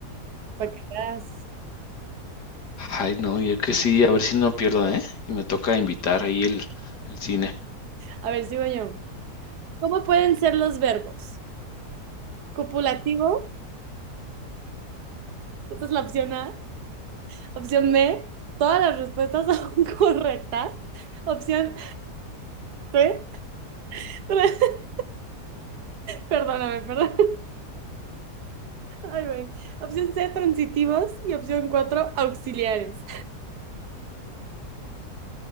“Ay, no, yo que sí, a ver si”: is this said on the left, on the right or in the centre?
Left